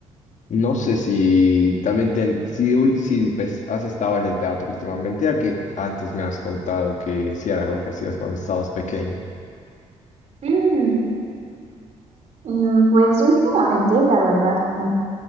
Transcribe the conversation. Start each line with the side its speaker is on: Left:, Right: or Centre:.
Left: No sé si también ten- si, u- si pues, has estado en el teatro últimamente, ya que antes me has contado que sí era algo que hacías cuando estabas pequeño.
Right: Mm, mm, pues últimamente, la verdad que,